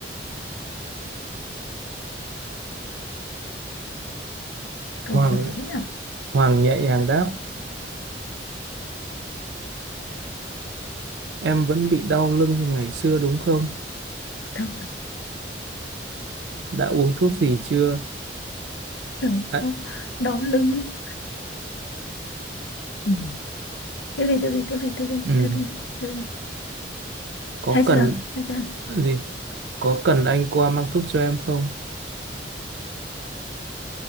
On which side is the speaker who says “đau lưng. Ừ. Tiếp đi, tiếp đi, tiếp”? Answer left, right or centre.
Left